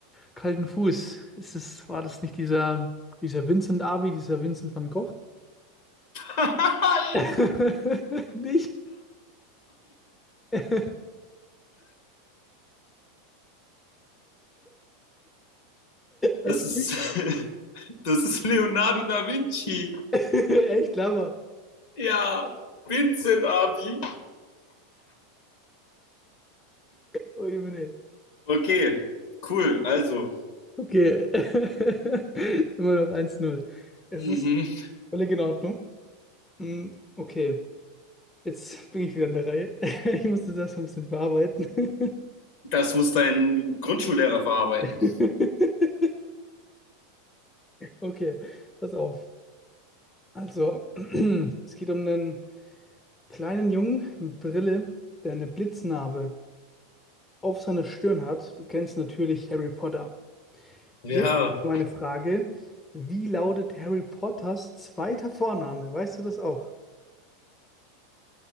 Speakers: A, on the left; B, on the left.
A: kalten Fuß. Ist es, war das nicht dieser, dieser Vincent Abi, dieser Vincent van Gogh?
B: <laughs> Nein!
A: <laughs> Nicht? <laughs>
B: Das
A: Echt
B: ist,
A: nicht?
B: <laughs> das ist Leonardo da Vinci.
A: <laughs> Echt Lama.
B: Ja, Vincent Abi.
A: Oh, Jemine.
B: Okay, cool. Also,
A: Okay. <laughs> Immer noch eins null. Es
B: mhm.
A: ist völlig in Ordnung. Mm, Okay. Jetzt bin ich wieder in der Reihe. <laughs> Ich musste das erstmal ein bisschen verarbeiten.
B: das muss dein Grundschullehrer verarbeiten.
A: <laughs> Okay, pass auf. Also, <clears throat> es geht um einen kleinen Jungen mit Brille, der eine Blitznarbe auf seiner Stirn hat. Du kennst natürlich Harry Potter.
B: Ja,
A: Jetzt aber meine Frage: Wie lautet Harry Potters zweiter Vorname? Weißt du das auch?